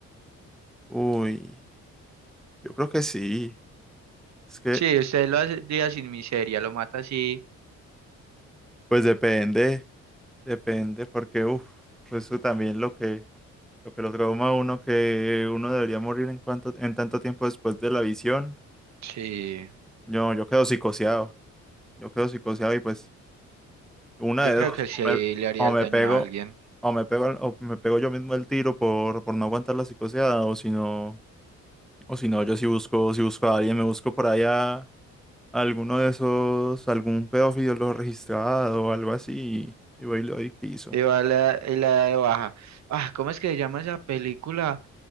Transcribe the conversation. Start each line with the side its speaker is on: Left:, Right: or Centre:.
Centre: Uy, yo creo que sí. Es que,
Right: Sí, usted lo hace día sin miseria, lo mata así.
Centre: pues depende, depende, porque uff, eso también lo que, lo que lo trauma a uno, que uno debería morir en cuanto, en tanto tiempo después de la visión.
Right: Sí,
Centre: No, yo quedo psicoseado. Yo quedo psicoseado y pues. Una
Right: yo
Centre: de
Right: creo
Centre: dos,
Right: que sí
Centre: o me,
Right: le haría
Centre: o
Right: el
Centre: me
Right: daño
Centre: pego,
Right: a alguien.
Centre: o me pego, o me pego yo mismo el tiro por, por no aguantar la psicoseada, o si no, o si no, yo si busco, si busco a alguien, me busco por allá a alguno de esos, algún pedófilo lo registrado o algo así, y voy y le doy piso.
Right: Y va la, y la de baja. Ah, ¿cómo es que se llama esa película?